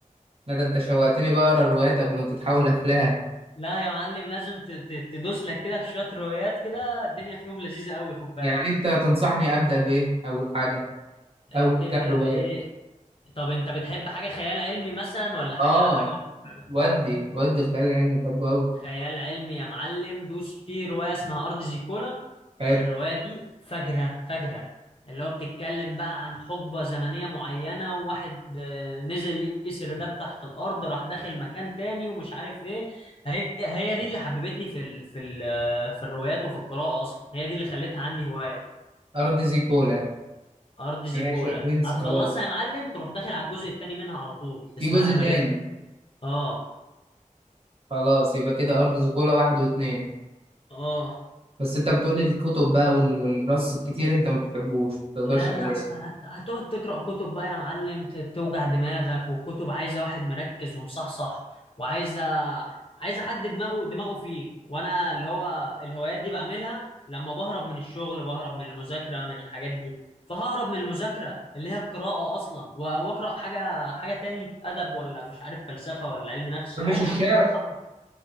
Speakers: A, on the right; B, on the left.
A: لا ده انت شوقتني بقى اقرا الروايات قبل ما تتحول افلام
B: لا يا معلم لازم ت... ت... تدوس لك كده في شويه روايات كده الدنيا فيهم لذيذه قوي خد بالك
A: يعني انت تنصحني ابدا بايه اول حاجه
B: إيه،
A: اول
B: بتبدا
A: كام روايه
B: بايه طب انت بتحب حاجه خيال علمي مثلا ولا حاجه
A: اه
B: حاجه واقعية بقى؟
A: ودي ودي الخيال العلمي بحبه قوي
B: خيال علمي يا معلم دوس في روايه اسمها ارض زيكولا
A: حلو
B: الرواية دي فجرة فجرة اللي هو بتتكلم بقى عن حقبة زمنية معينة وواحد آه، نزل يسر دب تحت الأرض راح داخل مكان تاني ومش عارف إيه هي هي دي اللي حببتني في ال في ال آه، في الروايات وفي القراءة أصلا هي دي اللي خلتها عندي هواية
A: ارض زيكولا
B: أرض زيكولا
A: ماشي يا برنس
B: هتخلصها
A: خلاص
B: يا معلم تروح داخل على الجزء التاني منها على طول
A: في
B: اسمها
A: جزء
B: أماريتا
A: تاني
B: آه
A: خلاص يبقى كده ارض زيكولا واحد واتنين
B: آه
A: بس انت بتقولي الكتب بقى وال- والرص الكتير انت ما بتحبوش ما بتقدرش
B: لا
A: عليه
B: لا اصل هت- هتقعد تقرا كتب بقى يا معلم ت- توجع دماغك والكتب عايزه واحد مركز ومصحصح وعايزه عايزه حد دماغه دماغه فيه وانا اللي هو الهوايات دي بعملها لما بهرب من الشغل بهرب من المذاكره من الحاجات دي فههرب من المذاكره اللي هي القراءه اصلا و- واقرا حاجه حاجه تاني ادب ولا مش عارف فلسفه ولا علم نفس
A: ما بتحبش
B: لا
A: الشعر
B: يا عم اتعلم.